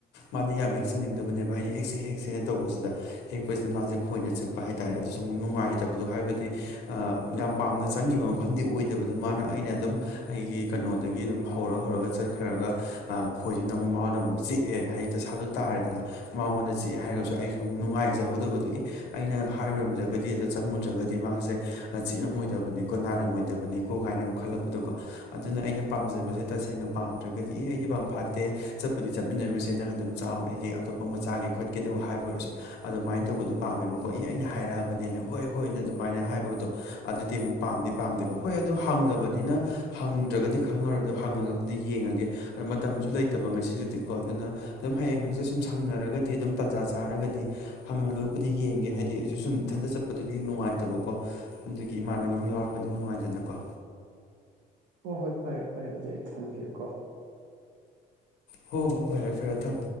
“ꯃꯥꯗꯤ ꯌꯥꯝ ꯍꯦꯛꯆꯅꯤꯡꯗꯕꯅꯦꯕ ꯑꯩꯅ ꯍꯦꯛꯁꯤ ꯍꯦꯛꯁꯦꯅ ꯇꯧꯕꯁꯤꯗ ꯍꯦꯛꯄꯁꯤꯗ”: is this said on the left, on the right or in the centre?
Left